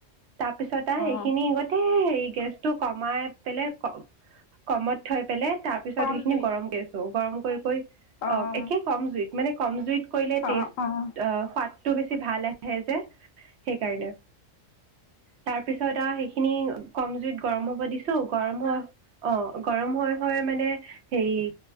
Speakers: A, on the right; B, on the left.
A: তাৰপিছতে এইখিনি
B: অঁ
A: গোতেই হেৰি গেছটো কমাই পেলাই ক কমত থৈ পেলাই তাৰপিছত
B: কম
A: হেৰি
B: জুইত
A: গৰম কৰিছোঁ গৰম কৰি কৰি অ
B: অঁ
A: একে কম জুইত মানে কম জুইত কৰি লৈ
B: অঁ
A: টেষ্ট
B: অঁ
A: অ ফা ত বেছি ভাল আহে যে সেইকাৰণে তাৰপিছত আৰু সেইখিনি কম জুইত গৰম হ'ব দিছো গৰম হোৱাৰ অ গৰম হৈ হৈ মানে হেৰি